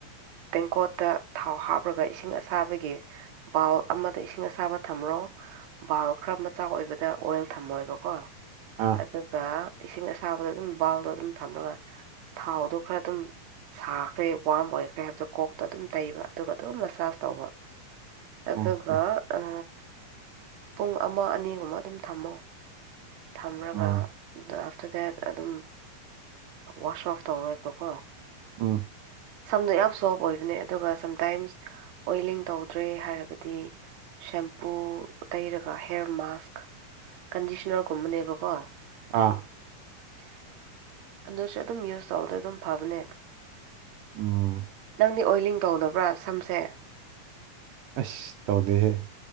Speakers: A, on the right; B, on the right.
A: ꯇꯦꯡꯀꯣꯠꯇ ꯊꯥꯎ ꯍꯥꯞꯂꯒ ꯏꯁꯤꯡ ꯑꯁꯥꯕꯒꯤ ꯕꯥꯎꯜ ꯑꯃꯗ ꯏꯁꯤꯡ ꯑꯁꯥꯕ ꯊꯝꯔꯣ ꯕꯥꯜ ꯈꯔ ꯃꯆꯥ ꯑꯣꯏꯕꯗ ꯑꯣꯏꯜ ꯊꯝꯃꯣꯏꯕꯀꯣ
B: ꯑꯥ
A: ꯑꯗꯨꯒ ꯏꯁꯤꯡ ꯑꯁꯥꯕꯗ ꯑꯗꯨꯝ ꯕꯥꯎꯜꯗꯣ ꯑꯗꯨꯝ ꯊꯝꯔꯒ ꯊꯥꯎꯗꯣ ꯈꯔ ꯑꯗꯨꯝ ꯁꯥꯈ꯭ꯔꯦ ꯋꯥꯔꯝ ꯑꯣꯏꯈ꯭ꯔꯦ ꯍꯥꯏꯕꯗꯣ ꯀꯣꯛꯇ ꯑꯗꯨꯝ ꯇꯩꯕ ꯑꯗꯨꯒ ꯑꯗꯨꯝ ꯃꯁꯥꯥꯁ ꯇꯧꯕ ꯑꯗꯨꯒ
B: ꯑꯣꯀꯦ
A: ꯑ ꯄꯨꯡ ꯑꯃ ꯑꯅꯤꯒꯨꯝꯕ ꯑꯗꯨꯝ ꯊꯝꯃꯣ ꯊꯝꯔꯒ
B: ꯑꯥ
A: ꯑꯥꯐꯇ꯭ꯔ ꯗꯦꯠ ꯑꯗꯨꯝ ꯋꯥꯁ ꯑꯣꯐ ꯇꯧꯔꯣꯏꯕꯀꯣ
B: ꯎꯝ
A: ꯁꯝꯗꯣ ꯌꯥꯝ ꯁꯣꯐ ꯑꯣꯏꯕꯅꯦ ꯑꯗꯨꯒ ꯁꯝꯇꯥꯏꯝꯁ ꯑꯣꯏꯂꯤꯡ ꯇꯧꯗ꯭ꯔꯦ ꯍꯥꯏꯔꯒꯗꯤ ꯁꯦꯝꯄꯨ ꯇꯩꯔꯒ ꯍꯦꯔ ꯃꯥꯛꯁ ꯀꯟꯗꯤꯁꯅ꯭ꯔ ꯀꯨꯝꯕꯅꯦꯕꯀꯣ
B: ꯑꯥ
A: ꯑꯗꯨꯁꯨ ꯑꯗꯨꯝ ꯌꯨꯁ ꯇꯧꯕꯗ ꯑꯗꯨꯝ ꯐꯕꯅꯦ
B: ꯎꯝ
A: ꯅꯪꯗꯤ ꯑꯣꯏꯂꯤꯡ ꯇꯧꯗꯕ꯭ꯔꯥ ꯁꯝꯁꯦ
B: ꯑꯁ ꯇꯧꯗꯦꯍꯦ